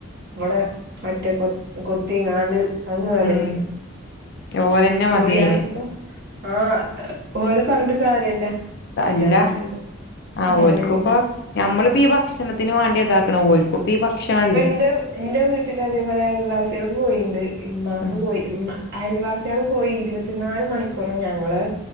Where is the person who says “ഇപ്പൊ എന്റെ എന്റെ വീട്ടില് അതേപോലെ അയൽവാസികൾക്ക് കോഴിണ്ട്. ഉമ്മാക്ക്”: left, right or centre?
Right